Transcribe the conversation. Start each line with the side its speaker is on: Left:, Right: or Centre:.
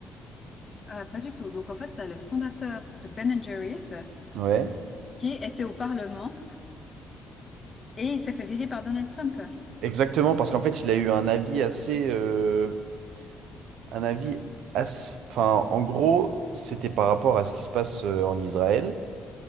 Left: Heu, pas du tout. Donc en fait, tu as le fondateur de Ben& and Jerry's
Right: Ouais,
Left: qui était au parlement et il s'est fait virer par Donald Trump.
Right: exactement, parce qu'en fait, il a eu un avis assez, euh, un avis assez, enfin, en gros, c'était par rapport à ce qui se passe euh, en Israël.